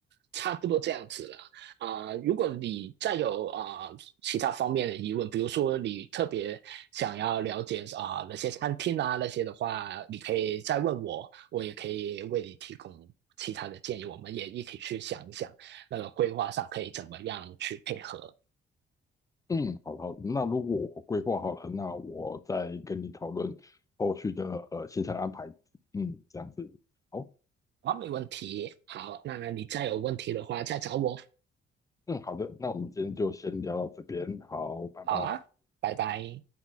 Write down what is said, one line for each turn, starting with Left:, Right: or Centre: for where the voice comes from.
Right: 差不多这样子了。啊、呃如果你再有啊、呃其他方面的疑问，比如说你特别想要了解啊、呃那些餐厅啊那些的话，你可以再问我，我也可以为你提供其他的建议。我们也一起去想一想那个规划上可以怎么样去配合。
Left: 嗯，好好那如果我规划好了，那我再跟你讨论后续的呃行程安排。嗯，这样子。好，
Right: 好，没问题。好，那你再有问题的话再找我。
Left: 嗯，好的，那我们今天就先聊到这边，好，拜拜。
Right: 好啊，拜拜。